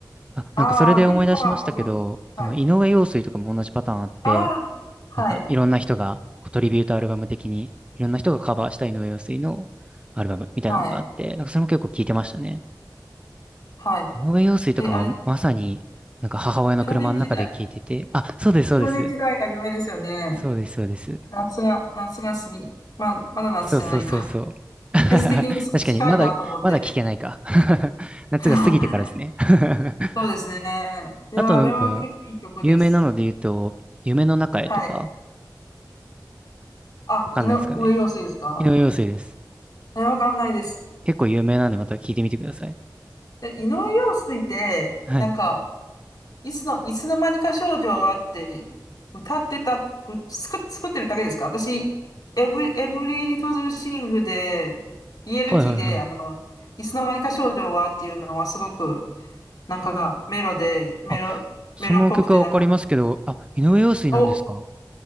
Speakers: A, on the right; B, on the left.
A: あ、なんかそれで思い出しましたけど、
B: ああ、結構カバー面白い。はい。
A: あの、井上陽水とかも同じパターンあって、
B: ああ、はい、
A: なんかいろんな人が、こうトリビュートアルバム的に、いろんな人がカバーした井上陽水のアルバムみたいなのがあって、
B: はい、
A: なんかそれも結構聞いてましたね。
B: はい。
A: 井上陽水とかもまさに、
B: え、あれ、
A: なんか母親の車の中で聞いてて、
B: 少年時代。
A: あ、そうです、そうです。
B: 少年時代が夢ですよね。
A: そうです、そうです。
B: 夏が、夏が過ぎ、まあ、まだ夏じゃないか。
A: そうそうそうそう。<laughs> 確かに、
B: 季節的に近いなと思って。
A: まだ、まだ聞けないか。<laughs> 夏が過ぎてからですね。
B: <laughs>
A: <laughs>
B: そうですね。いや、
A: あとなんか、
B: あれは結構いい曲です。
A: 有名なので言うと、夢の中へとか、
B: はい。あ、
A: わかんないですかね。
B: 井上陽水ですか
A: 井上陽水です。
B: え、わからないです。
A: 結構有名なんでまた聞いてみてください。
B: え、井上陽水って、
A: はい。
B: なんか、いつの、いつの間にか少女はって、歌ってた、う作、作ってるだけですか私、エブリ、エブリリトルシングで、ELT
A: はいはいはい。
B: で、あの、いつの間にか少女はっていうのはすごくなんか、メロで、メロ、
A: あ、その曲はわかりますけど、
B: メロっぽくて、なんか、
A: あ、井上陽水なんですか
B: お、い